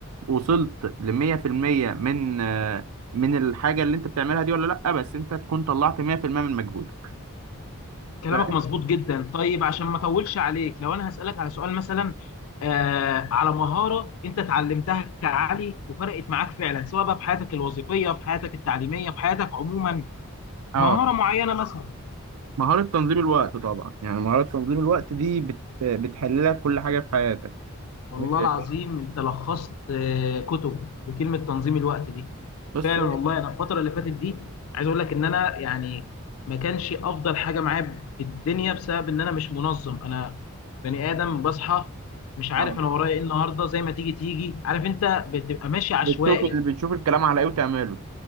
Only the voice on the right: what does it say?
وصلت ل 100% من آه، من الحاجه اللي انت بتعملها دي ولا لا بس انت تكون طلعت 100% من مجهودك
ف...
اه
مهاره تنظيم الوقت طبعا يعني مهاره تنظيم الوقت دي بت... بتحل لك كل حاجه في حياتك
<laughs> إيه.
بص
اه
بتشوف بتشوف الكلام على ايه وتعمله